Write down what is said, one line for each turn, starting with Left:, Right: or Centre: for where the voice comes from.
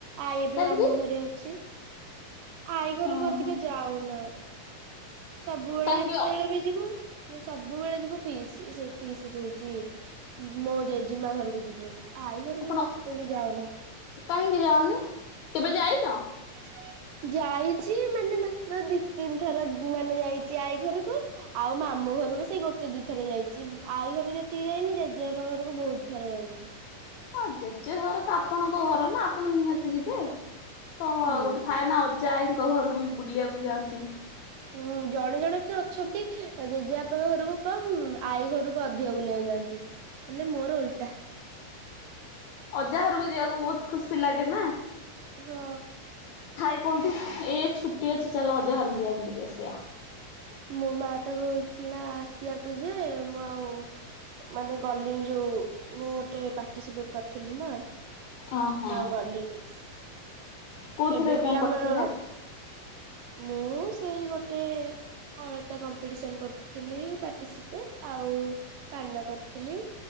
Right: ଆଈ ଏବେ
Left: କାହିଁକି
Right: ମାମୁଁ ଘରେ ଅଛି ଆଈ ଘରକୁ
Left: ଓହୋ
Right: ଅଧିକ ଯାଉନା। ସବୁବେଳେ
Left: କାହିଁକି
Right: ଯେତେବେଳେ ବି ଯିବୁ ମୁଁ ସବୁବେଳେ ଯିବୁ ପିଇସି ସେ ପିଇସି କହୁଛି ମୋ ଜେଜେମା ଘରକୁ ଯିବୁ ଆଇ ଘରକୁ
Left: ଆପଣ
Right: ଏତେ ବି ଯାାଉନା।
Left: କାହିଁକି ଯାଉନି କେବେ ଯାଇନ?
Right: ହ ଯାଇଛି ମାନେ ମାତ୍ର ଦି ତିନି ଥର ମାନେ ଯାଇଛି ଆଈ ଘରକୁ। ଆଉ ମାମଁ ଘରକୁ ସେଇ ଗୋ ଏ ଦିଇ ଥରେ ଯାଇଛି ଆଈ ଘରକୁ ଯେତିକି ଯାଇନି ଜେଜେବାପା ଘରକୁ ବହୁତ ଥର ଯାଇଛି।
Left: ହଁ ଜେଜେ ଘର ତ ଆପଣଙ୍କ ଘର ନା ଆପଣ ନିହାତି ଯିବେ। ଓହୋ
Right: ହୁଁ।
Left: ଗୋଟେ ଥାଏ ନା ଅଜାଆଈଙ୍କ ଘରକୁ ବି ବୁଲିବାକୁ ଯାଆନ୍ତି।
Right: ହୁଁ ଜଣେ ଜଣେ ତ ଅଛନ୍ତି ଜେଜେବାପାଙ୍କ ଘରକୁ କମ୍ ଆଈ ଘରକୁ ଅଧିକ ବୁଲିବାକୁ ଯାନ୍ତି। ହେଲେ ମୋର ଓଲଟା।
Left: ଅଜାଘର ରକୁ ଯିବାକୁ ବହୁତ ଖୁସି ଲାଗେ ନା?
Right: ହଁ।
Left: ଥାଏ କୁହନ୍ତି ଏ ଛୁଟି ଅଛି ଚାଲ ଅଜାଘର କୁ ଯିବା ବୁଲିକି ଆସିବା।
Right: ମୋ ମା ତ କହୁଥିଲା ଆସିବାକୁ ଯେ ମୁଁ ଆଉ। ମାନେ ଗଲିଣି ଯୋଉ ମୁଁ ଗୋଟେ ପାର୍ଟିସିପେଟ କରିଥିଲି ନା।
Left: ଓହୋ।
Right: ମୁଁ ଆଉ ଗଲିିନି।
Left: କୋଉଥିରେ
Right: ଏବେ ବି
Left: କଣ
Right: ଆମର
Left: କରିଥିଲେ?
Right: ମୁଁ ସେଇ ଗୋଟେ ଅଳତା କମ୍ପିଟିସନ୍ କରିଥିଲି ପାର୍ଟିସିପେଟ ଆଉ ପାନ କରିଥିଲି।